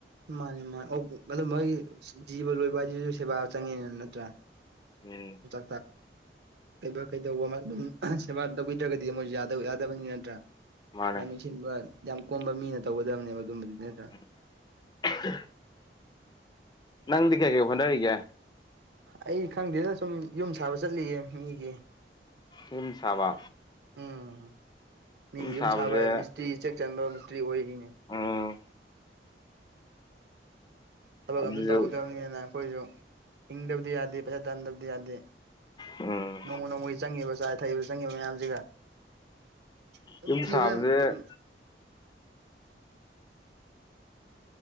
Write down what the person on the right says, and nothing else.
ꯃꯥꯅꯤ ꯃꯥꯅꯤ ꯑꯣ ꯑꯗꯨ ꯃꯣꯏꯒꯤ ꯖꯤꯕ ꯂꯣꯏꯕ ꯍꯥꯏꯁꯤꯁꯨ ꯁꯦꯕꯥ ꯆꯪꯉꯤꯅ‌ꯦ ꯅꯠꯇ꯭ꯔꯥ
<unintelligible> ꯀꯩꯕ ꯀꯩꯗꯧꯕ ꯑꯗꯨꯝ ꯁꯦꯕꯥ ꯇꯧꯕꯤꯗ꯭ꯔꯒꯗꯤ ꯃꯣꯏꯁꯨ ꯌꯥ ꯌꯥꯗꯕꯅꯤ ꯅꯠꯇ꯭ꯔꯥ
ꯌꯥꯝ ꯌꯦꯡꯁꯤꯟꯕ ꯌꯥꯝ ꯀꯣꯝꯕ ꯃꯤꯅ ꯇꯧꯒꯗꯕꯅꯦꯕ ꯑꯗꯨꯝꯕꯗꯨꯗꯤ ꯅꯠꯇ꯭ꯔꯥ
ꯑꯩ ꯈꯪꯗꯦꯅ ꯁꯨꯝ ꯌꯨꯝ ꯁꯥꯕ ꯆꯠꯂꯤꯌꯦ ꯃꯤꯒꯤ
ꯎꯝ ꯃꯤꯒꯤ ꯌꯨꯝ
ꯁꯥꯕ ꯃꯤꯁꯇ꯭ꯔꯤ ꯆꯦꯛ ꯆꯟꯕ ꯃꯤꯁꯇ꯭ꯔꯤ ꯑꯣꯏꯔꯤꯅꯦ
ꯊꯕꯛ
ꯑꯝꯃꯖꯨ ꯇꯧꯍꯧꯗꯕꯅꯤꯅ ꯑꯩꯈꯣꯏꯁꯨ ꯏꯪꯗꯕꯗꯤ ꯌꯥꯗꯦ ꯄꯩꯁꯥ ꯇꯥꯗꯕꯗꯤ ꯌꯥꯗꯦ
ꯅꯣꯡꯃ ꯅꯣꯡꯃꯒꯤ ꯆꯪꯉꯤꯕ ꯆꯥ ꯊꯛꯏꯕ ꯆꯪꯉꯤꯕ ꯃꯌꯥꯝꯁꯤꯒ ꯑꯗꯨꯝ
ꯊꯤꯕ
<unintelligible>